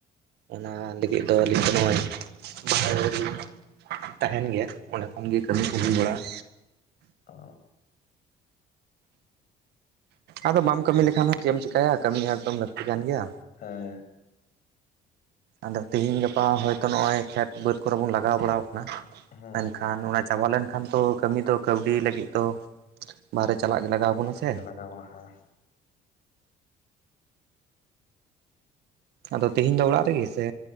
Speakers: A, on the right; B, on the left.
A: ᱚᱱᱟ ᱞᱟᱹᱜᱤᱫ ᱫᱚ ᱟᱹᱞᱤᱧ ᱫᱚ ᱱᱚᱜᱼᱚᱭ ᱵᱟᱦᱨᱮ ᱞᱤᱧ, ᱛᱟᱦᱮᱸᱱ ᱜᱮᱭᱟ ᱚᱸᱰᱮ ᱠᱷᱚᱱ ᱜᱮ ᱠᱟᱹᱢᱤ ᱠᱚ ᱦᱩᱭ ᱵᱟᱲᱟᱜᱼᱟ,
B: ᱚ
A: ᱟᱫᱚ ᱵᱟᱢ ᱠᱟᱹᱢᱤ ᱞᱮᱠᱷᱟᱱ ᱦᱚᱸ ᱪᱮᱫ ᱮᱢ ᱪᱮᱠᱟᱭᱟ ᱠᱟᱹᱢᱤ ᱮᱠᱫᱚᱢ ᱞᱟᱹᱠᱛᱤ ᱠᱟᱱ ᱜᱮᱭᱟ,
B: ᱦᱮᱸ
A: ᱟᱫᱚ ᱛᱤᱦᱤᱧ ᱜᱟᱯᱟ ᱦᱚᱭᱛᱚ ᱱᱚᱜᱼᱚᱭ ᱠᱷᱮᱛ ᱵᱟᱹᱫᱽ ᱠᱚᱨᱮ ᱵᱚᱱ ᱞᱟᱜᱟᱣ ᱵᱟᱲᱟᱣ ᱠᱟᱱᱟ
B: ᱦᱮᱸ
A: ᱢᱮᱱ ᱠᱷᱟᱱ ᱚᱱᱟ ᱪᱟᱵᱟ ᱞᱮᱱ ᱠᱷᱟᱱ ᱛᱚ ᱠᱟᱹᱢᱤ ᱫᱚ ᱠᱟᱹᱣᱰᱤ ᱞᱟᱹᱜᱤᱫ ᱫᱚ ᱵᱟᱨᱦᱮ ᱪᱟᱞᱟᱜ ᱜᱮ ᱞᱟᱜᱟᱣ, ᱵᱚᱱᱟ
B: ᱪᱟᱞᱟᱜ
A: ᱥᱮ
B: ᱜᱮ ᱞᱟᱜᱟᱣ ᱵᱚᱱᱟ ᱦᱮᱸ᱾
A: ᱟᱫᱚ ᱛᱮᱦᱤᱧ ᱫᱚ ᱚᱲᱟᱜ ᱨᱮ ᱜᱮ ᱥᱮ